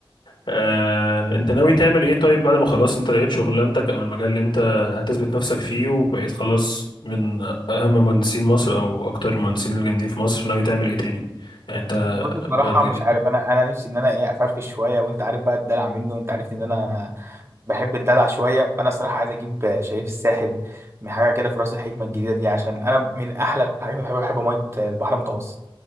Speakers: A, on the left; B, on the right.
A: آه... انت ناوي تعمل ايه طيب بعد ما خلاص انت لقيت شغلانتك او المجال اللي انت هتثبت نفسك فيه وبقيت خلاص من اهم مهندسين مصر او اكتر المهندسين الجامدين في مصر ناوي تعمل ايه تاني يعني انت
B: بص بصراحة
A: بعد
B: مش عارف أنا أنا نفسي إن أنا إيه أفرفش شوية وأنت عارف بقى الدلع منه وأنت عارفني إن أنا بحب الدلع شويه فانا صراحه عايز اجيب شريف الساحل من حاجه كده في راس الحكمه الجديده دي عشان انا من احلى الحاجات اللي بحبها بحب ميه البحر المتوسط